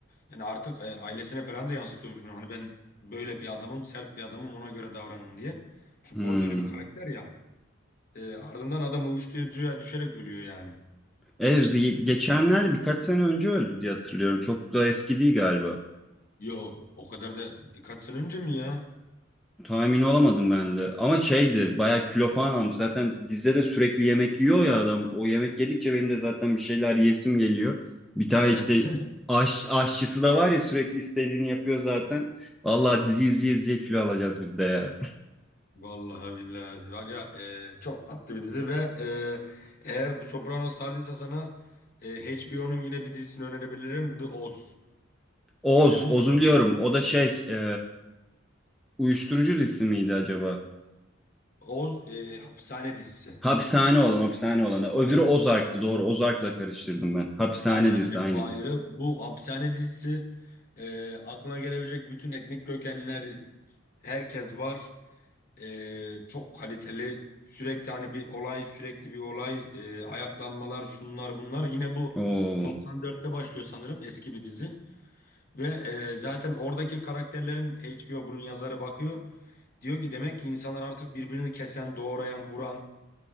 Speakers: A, on the left; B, in the centre.
A: Yani artık e, ailesine falan da yansıtıyormuş bunu. Hani ben böyle bir adamım, sert bir adamım ona göre davranın diye. Çünkü
B: Hmm.
A: orada öyle bir karakter ya. E, ardından adam uyuşturucuya düşerek ölüyor yani.
B: Evet, geçenlerde birkaç sene önce öldü diye hatırlıyorum. Çok da eski değil galiba.
A: Yo o kadar da birkaç sene önce mi ya?
B: Tahmin olamadım ben de. Ama şeydi bayağı kilo falan almış. Zaten dizide de sürekli yemek yiyor ya adam. O yemek yedikçe benim de zaten bir şeyler yesim geliyor. Bir tane
A: Evet.
B: işte aş, aşçısı da var ya sürekli istediğini yapıyor zaten. Vallahi dizi izleye izleye kilo alacağız biz de ya.
A: <laughs> Vallahi billahi var ya e, çok tatlı bir dizi ve e, eğer bu Sopranos sardıysa sana HBO'nun yine bir dizisini önerebilirim. The Oz.
B: <laughs> Oz,
A: İzledin
B: Oz'u
A: mi onu?
B: biliyorum. O da şey e, uyuşturucu dizisi miydi acaba?
A: Oz e, hapishane dizisi.
B: Hapishane olan, hapishane olanı. Öbürü
A: Evet.
B: Ozark'tı doğru. Ozark'la karıştırdım ben. Hapishane
A: Aynen
B: dizisi
A: aynen
B: aynen.
A: o ayrı. Bu hapishane dizisi e, aklına gelebilecek bütün etnik kökenler herkes var. E, çok kaliteli. Sürekli hani bir olay sürekli bir olay e, ayaklanmalar şunlar bunlar. Yine bu
B: Oo.
A: 94'te başlıyor sanırım eski bir dizi. Ve e, zaten oradaki karakterlerin HBO bunun yazarı bakıyor. Diyor ki demek ki insanlar artık birbirini kesen, doğrayan, vuran